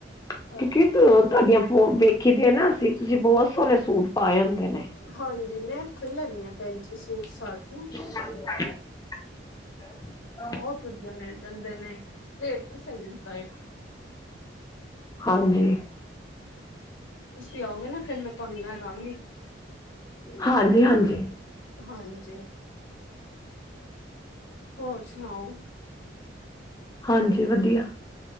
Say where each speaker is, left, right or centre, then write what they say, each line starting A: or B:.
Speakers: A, on the left; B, on the left.
A: ਕਿਉਂਕਿ
B: ਹਾਂ
A: ਤੁਹਾਡੀਆਂ- ਵੇਖੀ ਦੇ ਹੈ ਨਾ ਅਸੀਂ, ਤੁਸੀਂ ਬਹੁਤ ਸੋਹਣੇ ਸੂਟ ਪਾਏ ਹੁੰਦੇ ਨੇ।
B: ਹਾਂਜੀ, ਮੈਂ ਇੱਥੋਂ ਹੀ ਲੈਦੀ ਹਾਂ, ਭੈਣ ਜੀ ਸੂਟ ਸਾਟ ਵੀ।
A: <unintelligible>
B: ਬਹੁਤ ਵਧੀਆ ਮਿਲ ਜਾਂਦੇ ਨੇ, ਰੇਟ ਵੀ ਸਹੀ ਹੁੰਦਾ ਹੈ।
A: ਹਾਂਜੀ।
B: ਤੁਸੀਂ ਆਓਗੇ ਨਾ, ਫਿਰ ਮੈਂ ਤੁਹਾਨੂੰ ਲੈ ਜਾਵਾਂਗੀ।
A: ਹਾਂਜੀ ਹਾਂਜੀ
B: ਹਾਂਜੀ। ਹੋਰ ਸੁਣਾਓ।
A: ਹਾਂਜੀ ਵਧੀਆ-